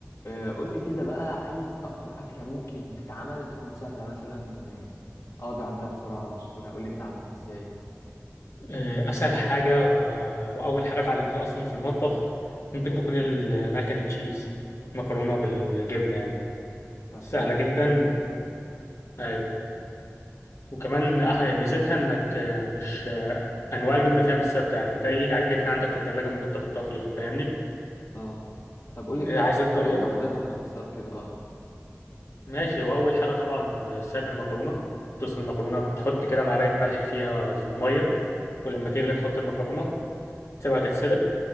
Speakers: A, on the left; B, on the left.
A: آه، قول لي كده بقى عايز اكتر اكله ممكن تتعمل تكون سهله مثلا آه، اقدر اعملها بسرعه وبسهوله قول لي كده اعملها ازاي
B: آه، اسهل حاجه آه، واول حاجه اتعلمتها اصلا في المطبخ ممكن تكون الماكن تشيز مكرونه بالجبنه يعني
A: طب
B: سهله
A: حلو
B: جدا
A: يعني
B: اي وكمان أح- ميزتها انك آه، مش آه، انواع الجبنه فيها مش ثابته يعني انت اي جبنه عندك في التلاجة ممكن تحطها فيها فاهمني
A: اه طب قول لي
B: آه،
A: كده
B: عايز الطريقه
A: طريقه تحضيرها باختصار كده اه
B: ماشي واول حاجه طبعا آه، سلق المكرونه تسلق المكرونه بتحط كده معلقه ملح فيها في الميه ولما تغلي تحط المكرونه تسيبها تتسلق